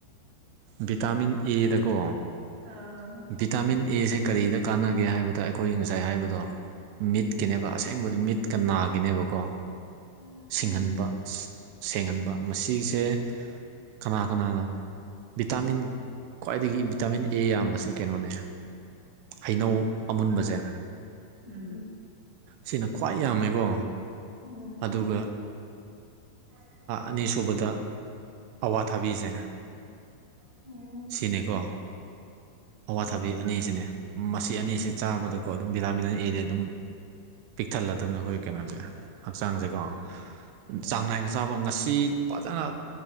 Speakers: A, on the right; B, on the right.
A: ꯚꯤꯇꯥꯃꯤꯟ ꯑꯦꯗꯀꯣ
B: ꯑꯥ
A: ꯚꯤꯇꯥꯃꯤꯟ ꯑꯦꯁꯦ ꯀꯔꯤꯗ ꯀꯥꯟꯅꯒꯦ ꯍꯥꯏꯕꯗ ꯑꯩꯈꯣꯏ ꯉꯁꯥꯏ ꯍꯥꯏꯕ ꯑꯗꯣ ꯃꯤꯠꯀꯤꯅꯦꯕ ꯑꯁꯦꯡꯕꯗꯤ ꯃꯤꯠꯀ ꯅꯥꯒꯤꯅꯦꯕꯀꯣ
B: ꯎꯝ
A: ꯁꯤꯡꯍꯟꯕ ꯁꯦꯡꯍꯟꯕ ꯃꯁꯤꯁꯦ ꯀꯅꯥ ꯀꯅꯥꯅ ꯚꯤꯇꯥꯃꯤꯟ ꯈ꯭ꯋꯥꯏꯗꯒꯤ ꯚꯤꯇꯥꯃꯤꯟ ꯑꯦ ꯌꯥꯝꯕꯁꯦ ꯀꯩꯅꯣꯅꯦ ꯍꯩꯅꯧ ꯑꯃꯨꯟꯕꯁꯦ
B: ꯎꯝ
A: ꯁꯤꯅ ꯈ꯭ꯋꯥꯏ ꯌꯥꯝꯃꯦꯀꯣ
B: ꯎꯝ ꯎꯝ
A: ꯑꯗꯨꯒ
B: ꯎꯝ ꯎꯝ ꯎꯝ
A: ꯑꯅꯤꯁꯨꯨꯕꯗ ꯑꯋꯥ ꯊꯥꯕꯤꯁꯦ
B: ꯎꯝ
A: ꯁꯤꯅꯦꯦꯛꯀꯣ ꯑꯋꯥꯊꯥꯕꯤ ꯑꯅꯤꯁꯤꯅꯦ ꯃꯁꯤ ꯑꯅꯤꯁꯤ ꯆꯥꯕꯗꯀꯣ ꯑꯗꯨꯝ ꯚꯤꯇꯥꯃꯤꯟ ꯑꯦꯗꯤ ꯑꯗꯨꯝ ꯄꯤꯛꯊꯜꯂꯛꯇꯕꯅ ꯑꯩꯈꯣꯏ ꯀꯩꯅꯣꯁꯦ ꯍꯛꯆꯥꯡꯁꯦꯀꯣ ꯆꯥꯡ ꯅꯥꯏꯅ ꯆꯥꯕ ꯉꯁꯤ ꯐꯖꯅ